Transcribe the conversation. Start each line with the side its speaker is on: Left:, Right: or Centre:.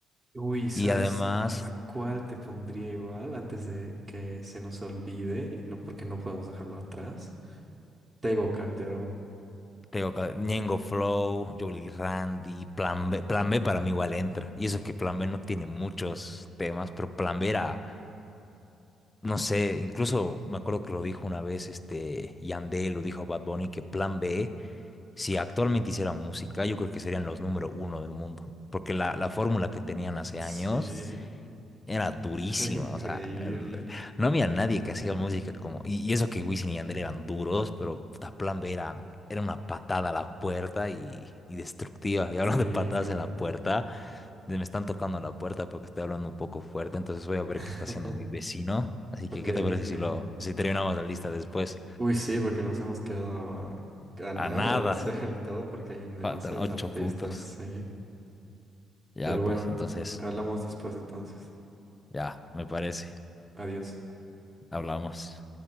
Right: Uy, ¿sabes
Left: Y además.
Right: a cuál te pondría igual antes de que se nos olvide? Y no porque no podemos dejarlo atrás. Tego Calderón.
Left: Tengo ca- Ñengo Flow, Jolly Randy, Plan B. Plan B para mí igual entra. Y eso que Plan B no tiene muchos temas, pero Plan B era, no sé, incluso me acuerdo que lo dijo una vez este Yandel, lo dijo Bad Bunny, que Plan B, si actualmente hiciera música, yo creo que serían los número uno del mundo. Porque la, la fórmula que tenían hace
Right: Sí,
Left: años era durísima,
Right: era increíble.
Left: o sea, el- no había nadie que hacía música como, y, y eso que Wisin y Yandel eran duros, pero puta, Plan B era, era una patada a la puerta y, y destructiva. Y hablando
Right: Sí,
Left: de patadas
Right: con...
Left: en la puerta, de- me están tocando la puerta porque estoy hablando un poco fuerte, entonces voy a ver
Right: <laughs>
Left: qué está haciendo mi vecino. Así que,
Right: Ok,
Left: ¿qué te parece
Right: ok.
Left: si lo, si terminamos la lista después?
Right: Uy, sí, porque nos hemos quedado a, a nada
Left: A nada,
Right: de hacer el top porque hay demasiados
Left: faltan ocho
Right: artistas,
Left: puntos.
Right: sí.
Left: Ya,
Right: Pero
Left: pues,
Right: bueno,
Left: entonces,
Right: hablamos después entonces.
Left: ya, me parece,
Right: Adiós.
Left: hablamos.